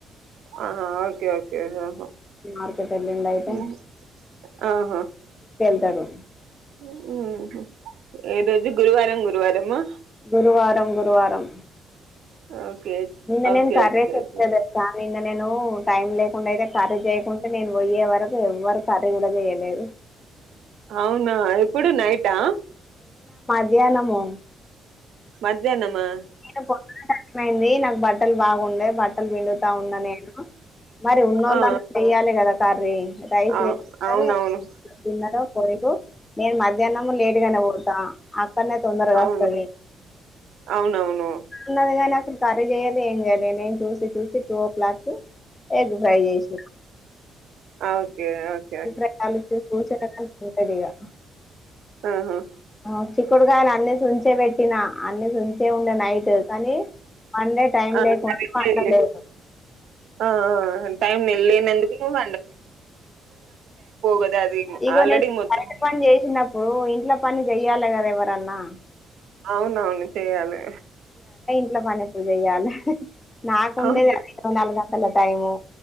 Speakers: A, on the right; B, on the left.
A: ఆహా ఓకే ఓకే ఆహా
B: మార్కెట్ ఎళ్ళిండు అయితే
A: ఉహ్ ఆహా
B: సగం
A: ఉహు ఏదోజు గురువారం గురువారమా.
B: గురువారం గురువారం.
A: ఓకే
B: నిన్న
A: okay
B: name curd rice
A: okay
B: జేప్తుండు
A: okay
B: కామినాన్ నేను టైం లేకుండా అయితే కర్రీ చేయకుంటే, నేన్ వోయే వరకు ఎవ్వరు కర్రీ గూడా జేయలేదు.
A: అవునా ఎప్పుడు నైటా.
B: ధ్యానము
A: మధ్యానమా
B: నేను పొక్కనల్ అర్ధమైంది. నాకు బట్టలు బాగుండయ్ బట్ ఆల్ విండుతా ఉన్నా నేను మరి ఉన్నోళ్ళన్నా
A: ఆ
B: చేయాలే గదా కర్రీ. రైస్
A: ఆ
B: పెట్టుకుటరు
A: అవునవును
B: తినరో పెరుగు. నేను మధ్యానము లేటుగానే పోతా. కన్నా తొందరగా
A: అవును
B: వస్తది.
A: అవునవును
B: ఉన్నది గానీ అసలు కర్రీ జేయలే ఏం జేయలే, నేను చూసి చూసి two o'clock. Egg fry జేచనా
A: ఆ, ఓకే ఓకే
B: ఇబ్రగాలు చెట్లు చెట్టకులు తింటాందిగా
A: ఆహా
B: ఆ చిక్కుడుగాయల్ అన్ని సుంచే పెట్టినా అన్ని జున్. డే ఉండే నైటు కానీ వన్ డే టైం
A: ఆ
B: లేకుండా
A: సరే
B: వండలేదు.
A: ఆ టైం ని లేన ఎందుకు నువ్ కదా అది
B: ఇగో
A: ఆల్రెడీ
B: నేను
A: మొత్తం
B: కరెంట్ తపని చేసినప్పుడు ఇంట్లో పని చెయ్యాలి కదా ఎవరన్నా
A: అవునవును చెయాలి
B: ఇట్లా పని ఎప్పుడు చెయాలి నాకుండేది
A: అవును
B: ఇరవై నాలుగు గంటల టైము